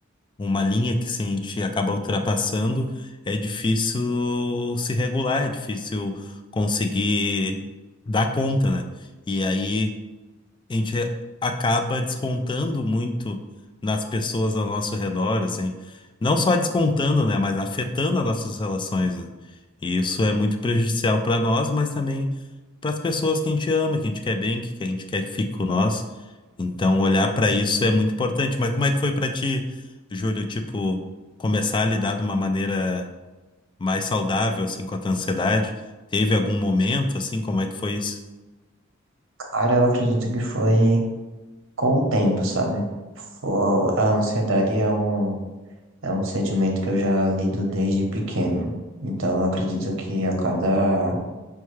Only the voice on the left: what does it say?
uma linha que se a gente acaba ultrapassando, é difícil se regular, é difícil conseguir dar conta, né? E aí a gente acaba descontando muito nas pessoas ao nosso redor, assim. Não só descontando, né, mas afetando as nossas relações, né? E isso é muito prejudicial para nós, mas também para as pessoas que a gente ama, que a gente quer bem, que que a gente quer que fique com nós. Então, olhar para isso é muito importante. Mas como é que foi para ti, Júlio, tipo, começar a lidar de uma maneira mais saudável, assim, com a tua ansiedade? Teve algum momento, assim, como é que foi isso?